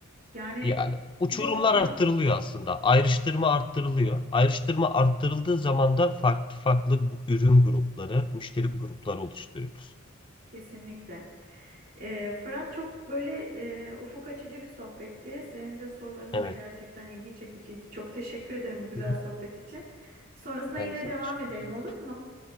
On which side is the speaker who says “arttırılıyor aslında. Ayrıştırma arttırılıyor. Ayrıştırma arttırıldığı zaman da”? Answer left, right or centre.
Left